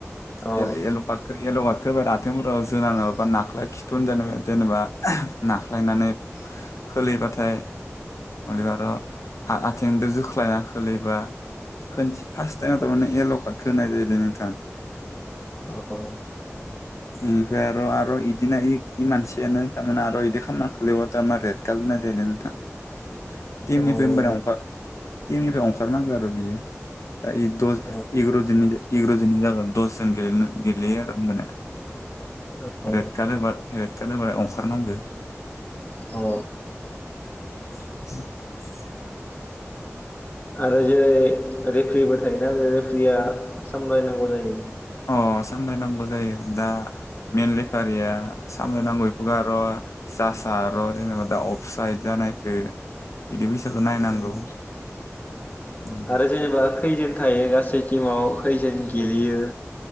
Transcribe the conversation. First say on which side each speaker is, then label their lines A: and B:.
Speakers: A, on the left (about 35°); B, on the left (about 80°).
A: औ
B: येल-येल्ल कार्डखौ येल्ल खो आथंफोराव जोना नङाबा नाख्लाया खिथन जेन जेनेबा नाख्लायनानै खोलैबाथाय हलेबा आथेंजों जोख्लायना खोलैबा होन फार्स्ट टाइम' मान एल' काटखौ होनाय जायो दै नोंथां थां
A: औ
B: इनिफ्राय आरो आरो बिदिनो इ मानसियानो थारमाने आरो बिदि खालामामना खालबा थारमा रेड काट होनाय जायो नोंथां
A: औ
B: <unintelligible> टिमनिफ्राय होमबानिया
A: औ
B: अंखार तिमनिफ्राय ओंखारनांगौ आरो बियो दा दज
A: औ
B: इगर' जोननि इगर' दनि जागोन दसजोन गेलेयो आरो होमबाने
A: औ
B: रेटखाथहोबा <inaudible> अंखारनांगो
A: अ
B: <inaudible>
A: आरो जेरै रेफरिबो थायोना जे रेफ्रिया सामलायनांगौ जायो
B: अ सामलायनांगौ जायो दा मेले रेफारिया सामलायनांगौ बेखौ' जसार' जेनेबा दा अफ साइद जानायखो बिदि बैसखौ नायनांगौ
A: उम
B: उम
A: आरो जेनेबा खैजोन थायो गासै टिमाव खैजोन गेलेयो